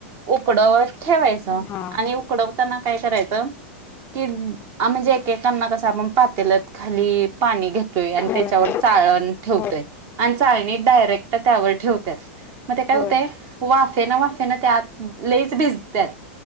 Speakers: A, on the right (about 45°); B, on the left (about 30°).
A: उकडवत ठेवायचं
B: हा
A: आणि उ उडवताना काय करायच की आ म्हणजे एकेकांना कसं आपण पातेल्यात खाली पाणी घेतोय आणि
B: होय
A: त्याच्यावर चाळण ठेवतोय
B: होय
A: आणि चाळणी डायरेक्ट त्यावर ठेव त्यात म ते काय
B: होय
A: होतय वाफे न वाफे न ते आत लईच भिजत्यात